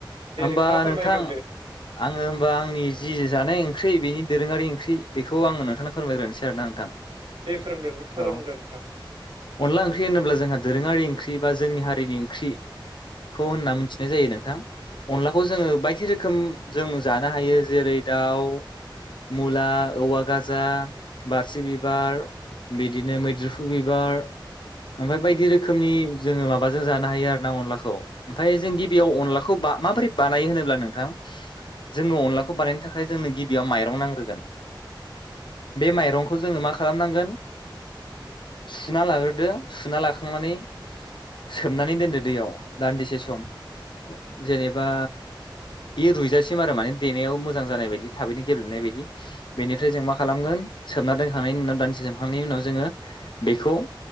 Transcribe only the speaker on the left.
होमबा
नोंथां आङो ओमबा आंनि जि जानाय ओंख्रि बेनि दोरोङारि ओंख्रि बेखौ आङो नोंथां फोरमायग्रोन सै आरोना नोंथां।
<unintelligible>
औ
अनला ओंख्रि होनोब्ला जोंहा दोरोङारि ओंख्रि बा जोंनि हारिनि ख्रि खौ होनना मिथिनाय जायो नोंथां अनलाखौ जोङो बायदि रोखोम जों जानो हायो जेरै आव । मुला औवा गाजा बारसि बिबार बिदिनो मैद्रुफु बिबार ओमफाय बायदि रोखोमनि जोङो माबाजों जानो हायो आरो ना अनलाखौ ओमफाय जों गिबियाव अनलाखौ बा माबोरै बानायो होनोब्ला नोंथां जोङो अनलाखौ बानायनो था आइ जोंनो गिबियाव माइरं नांग्रोगोन बे माइरंखौ जोङो मा खालामनांगोन सुना लाग्रोदो सुना लाखांनानै सोमनानै दोनदो दैयाव दान्दिसे सम जेनेबा बे रुइजासिम आरो माने देनायाव मो जां जानाय बायदि थाबैनो गेब्लेनाय बायदि बेनिफ्राय जों मा खालामगोन सोमना दोनखांनायनि उनाव दानदिसे सोबखांनायनि उनाव जोङो बेखौ